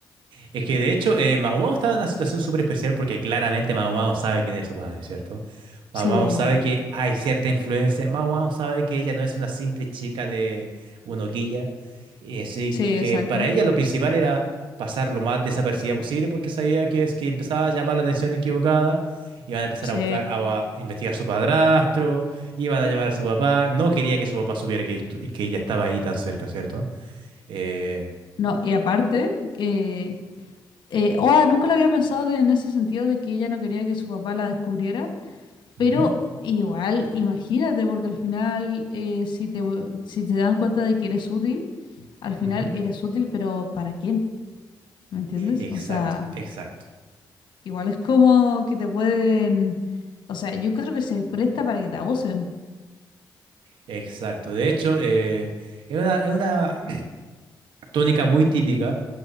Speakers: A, on the right (about 80°); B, on the left (about 70°).
A: Es que de hecho, eh, Mao Mao estaba en una situación súper especial porque claramente Mao Mao sabe quién es su padre, ¿cierto? Mao
B: Sí,
A: Mao sabe que hay cierta influencia. Mao Mao sabe que ella no es una simple chica de Unoquilla. Y así
B: sí,
A: que
B: exacto.
A: para ella lo principal era pasar lo más desapercibida posible porque sabía que es que empezaba a llamar la atención equivocada. Iban a empezar
B: Sí.
A: a buscar, a, a investigar a su padrastro, iban a llamar a su papá. No quería que su papá supiera que, estu- que ella estaba ahí tan cerca, ¿cierto? Eh,
B: No, y aparte, que... eh, oh, nunca lo había pensado de- en ese sentido de que ella no quería que su papá la descubriera, pero
A: ujú,
B: igual, imagínate, porque al final, eh, si te, vu- si te dan cuenta de que eres útil, al final
A: ujú.
B: eres útil, pero ¿para quién? ¿Me entiendes?
A: Exacto,
B: O sea,
A: exacto,
B: igual es como que te pueden... O sea, yo creo que se presta para que te abusen.
A: exacto. De hecho, eh, es una, es una <clears throat> tónica muy típica